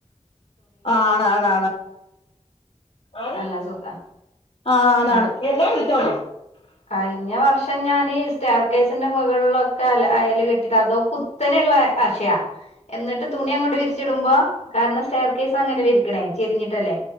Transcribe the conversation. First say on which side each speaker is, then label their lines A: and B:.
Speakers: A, on the left; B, on the left.
A: ആണ്, ആണ് ണാ ണ
B: നല്ല
A: ണ്. ആഹ്,
B: സുഖാ
A: ആണാണ്.
B: ആ
A: എന്നെ വിളിച്ചോ ന്ന്.
B: കഴിഞ്ഞ വർഷം ഞാന് സ്റ്റർക്കേസിന്റെ മുകളിലൊക്കെ ല്ല അയല് കെട്ടിട്ട്, അതോ കുത്തനെയുള്ള ആശയാ- എന്നിട്ട് തുണി അങ്ങോട്ട് വിരിച്ചിടുമ്പോ? കാരണം സ്റ്റെയർ കേസ് അങ്ങനെയല്ലേ ഇരിക്കണേ, ചെരിഞ്ഞിട്ടല്ലേ?